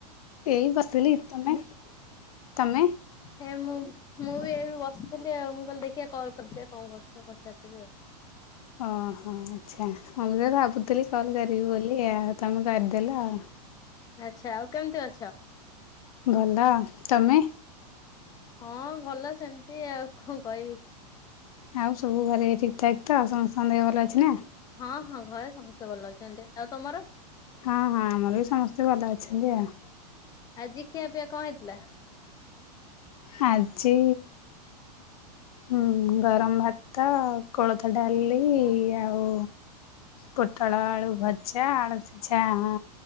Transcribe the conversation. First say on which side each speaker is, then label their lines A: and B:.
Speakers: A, on the left; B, on the left.
A: ଏଇ ବସିଥିଲି। ତମେ ତମ?
B: ହେଁ ମୁଁ ମୁଁ ବି ଏ ବସିଥିଲି ଆଉ। ମୁଁ କହିଲି ଦେଖିବା କଲ୍ କରିଦିଏ କଁ କରୁଚ। ପଚାରିଦେବେ ଆଉ।
A: ଓହୋ ଆଚ୍ଛା, ହଁ ମୁଁ ତ ଭାବୁଥିଲି କଲ୍ କରିବି ବୋଲି ଆଉ ତମେ କରିଦେଲ ଆଉ।
B: ଆଚ୍ଛା, ଆଉ କେମିତି ଅଛ?
A: ଭଲ। ତମେ?
B: ହଁ ଭଲ ସେମିତି ଆଉ କଁ କହିବି।
A: ଆଉ ସବୁ ଘରେ ଠିକ୍ ଠାକ୍ ତ ସମସ୍ତଙ୍କ ଦେହ ଭଲ ଅଛି ନା?
B: ହଁ ହଁ ଘରେ ସମସ୍ତେ ଭଲ ଅଛନ୍ତି। ଆଉ ତମର?
A: ହଁ ହଁ ଆମର ବି ସମସ୍ତେ ଭଲ ଅଛନ୍ତି ଆଉ।
B: ଆଜି ଖିଆପିଆ କଁ ହେଇଥିଲା?
A: ଆଜି ହୁଁ ଗରମ ଭାତ କୋଳଥ ଡାଲି ଆଉ ପୋଟଳ ଆଳୁ ଭଜା ଆଳୁ ସିଜା ହଁ।